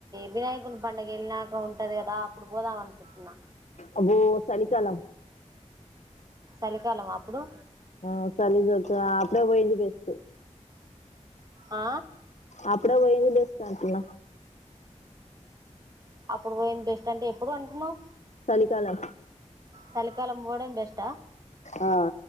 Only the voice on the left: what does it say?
అబ్బో సలికాలం
ఆ చలీజొచ్చినా అట్లే బొయంది బెస్ట్
అప్పుడే బొయేది బెస్ట్ అంటున్న
చలికాలం
ఆ